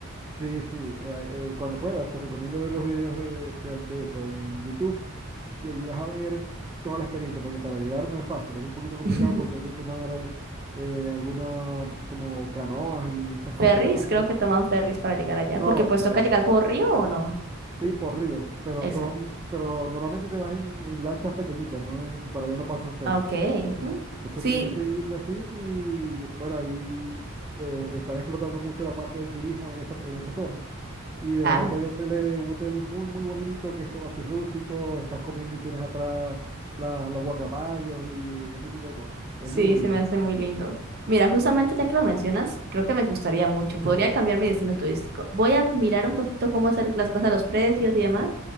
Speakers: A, on the right; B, on the right.
A: Sí, sí, eh, eh, cuando puedas, te recomiendo ver los videos de, de- de eso en YouTube y allí vas a ver toda la experiencia, porque para llegar no es fácil, es un poquito complicado
B: <laughs>
A: porque hay que tomar eh, algunas como canoas y estas cosas,
B: Ferries,
A: lanchas.
B: creo que toman ferries para llegar allá,
A: No,
B: porque pues
A: no,
B: toca llegar por río o no.
A: sí, por río, pero
B: Exacto.
A: son, pero normalmente te vas en, en lanchas pequeñitas, ¿no? En- para allá no pasan ferries.
B: Ah, Ok. Mm,
A: Entonces
B: Sí,
A: tienes que vivirlo así y bueno, ahí eh, están explotando mucho la parte del turismo en esa, en esa zona. Y de
B: claro.
A: verdad que hay hoteles, un hotel muy, muy bonito, que es todo así rústico, estás comiendo y tienes atrás la- los guacamayos y ese tipo de cosas. Es
B: Sí,
A: muy bonito.
B: se me hace muy lindo. Mira, justamente ya que lo mencionas, creo que me gustaría mucho. Podría cambiar mi destino turístico. Voy a mirar un poquito cómo son las cosas, los precios y demás.